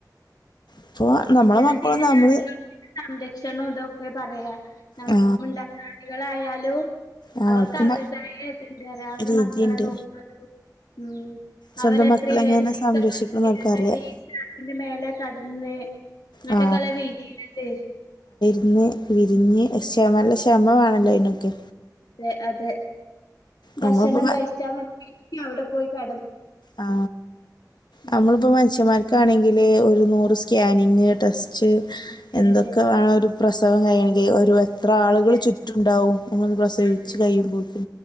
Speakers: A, on the left (about 85°); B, on the left (about 65°).
A: അപ്പോൾ നമ്മളെ
B: എല്ലാ
A: മക്കളും
B: ജീവജാലങ്ങൾക്കും
A: നമ്മൾ
B: ഇത് സംരക്ഷണം ഇതൊക്കെയാ പറയാ നം
A: ആ
B: <unintelligible> <unintelligible>
A: ആ
B: അവർക്ക്
A: അവർക്കും
B: അവരേതായ ഇത് ഒണ്ട് <unintelligible> അവരെ
A: രീതിയുണ്ട്
B: മക്കളെ <unintelligible> ഉം
A: സ്വന്തം
B: അവരത്ര
A: മക്കളെ
B: ഇരുവത്തീസൊന്ന്
A: എങ്ങനെ സംരക്ഷിക്കണം
B: ഇരുവതെട്ടീസാ
A: അവർക്കറിയാം
B: അതിന്റെ മേലെ കടന്ന് നട്ടകല
A: ആ
B: വീതീനതെ
A: ഒന്ന് വിരിഞ്ഞ് ക്ഷമ നല്ല ക്ഷമ വേണല്ലോയ്നൊക്കെ
B: തെ അതെ ഭക്ഷണം
A: നമ്മളിപ്പോൾ
B: കഴിച്ചാ മതി ക്കു അവിടെ പോയി പേ
A: ആ
B: ഉം
A: നമ്മളിപ്പോ മനുഷ്യന്മാർ ഒക്കെ ആണെങ്കിൽ ഒരു നൂറ് സ്കാനിങ്ങ് ടെസ്റ്റ് ച്
B: അതെ
A: എന്തൊക്കെ വേണ ഒരു പ്രശ് സവം കഴിയണെങ്കിൽ ഒരു വ അത്ര ആളുകൾ
B: അതെ
A: ചുറ്റുണ്ടാവും ഒന്ന് പ്രസവിച്ച്
B: അതെ
A: കഴിയുമ്പോൾ